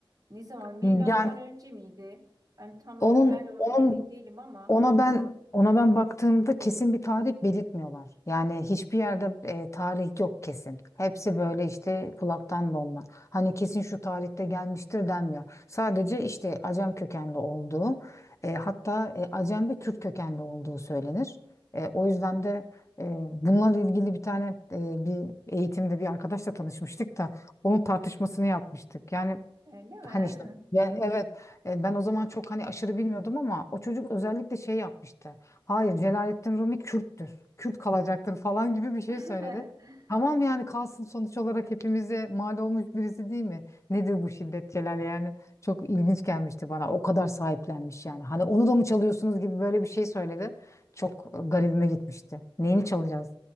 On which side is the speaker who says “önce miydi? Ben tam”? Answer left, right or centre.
Right